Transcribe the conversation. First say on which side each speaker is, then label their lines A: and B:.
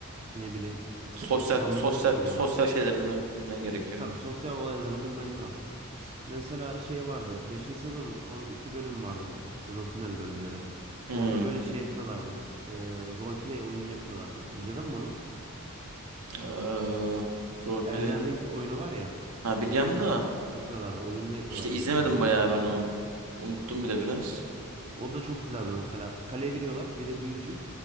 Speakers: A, on the right; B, on the right.
A: ne bileyim
B: Sosyal
A: <clears throat> fundamental
B: sosyal
A: mı
B: sosyal
A: diyorlar.
B: şeylerini bilmen gerekiyor.
A: Tabii sosyal olaylarını bilmen lazım. Mesela şey vardı. beşinci sezonun son iki bölüm vardı. fe- Sezon finali bölümleri.
B: Hmm.
A: Orada böyle şey yapıyorlardı. E, roleplay oyun yapıyorlardı. İzledin mi onu?
B: Eee, roleplay.
A: Elden Ring oyunu var ya.
B: Ha biliyorum
A: Onun
B: da
A: şeyini yapıyorlardı. Oyununu yapıyorlardı
B: işte izlemedim
A: böyle dizi olarak.
B: bayağı ben
A: iki
B: onu.
A: bölüm.
B: Unuttum bir de biraz.
A: O da çok güzeldi mesela. Kaleye giriyorlar. Biri büyücü.